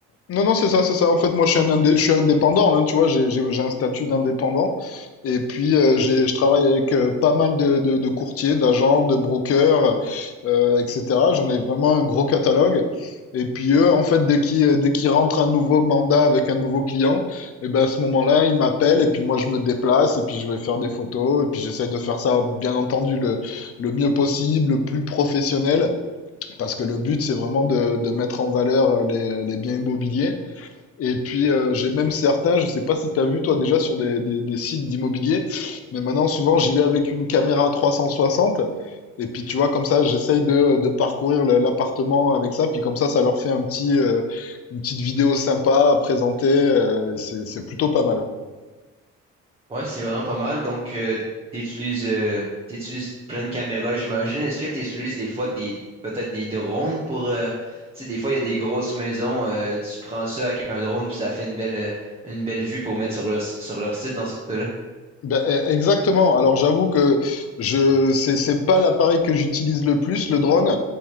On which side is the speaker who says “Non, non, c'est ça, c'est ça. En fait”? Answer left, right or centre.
Left